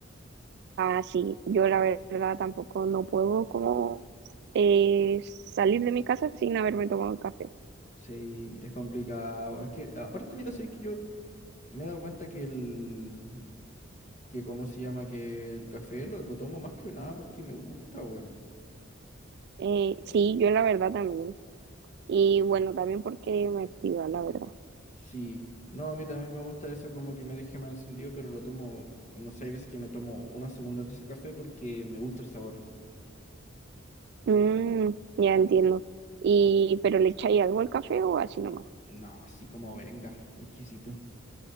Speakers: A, on the right; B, on the left.
A: Ah, sí, yo la verdad tampoco no puedo como eh, salir de mi casa sin haberme tomado un café.
B: Sí, es complicado. Es que, aparte, mira, sí, que yo me he dado cuenta que el, que cómo se llama, que el café lo, lo tomo más que nada porque me gusta, weón.
A: Eh, sí, yo la verdad también. Y bueno, también porque me activa, la verdad.
B: Sí, no, a mí también me gusta eso como que me deje más encendido, pero lo tomo, no sé, hay veces que me tomo una segunda taza de café porque me gusta el sabor.
A: Mm, ya entiendo. Y, pero ¿le echáis algo al café o así nomás?
B: No, así como venga, exquisito.